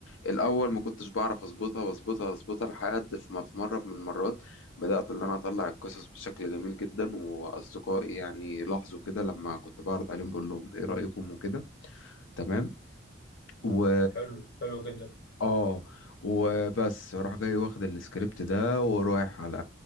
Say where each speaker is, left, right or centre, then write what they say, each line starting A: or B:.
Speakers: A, on the left; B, on the left.
A: الاول ما كنتش بعرف اظبطها واظبطها واظبطها لحد في ما في مرة من المرات بدأت اللي أنا أطلع القصص بشكل جميل جدا وأصدقائي يعني لاحظوا كده لما كنت بعرض عليهم بقول لهم إيه رأيكم وكده تمام و
B: حلو حلو جدا
A: آه وبس راح جاي واخد السكريبت ده ورايح على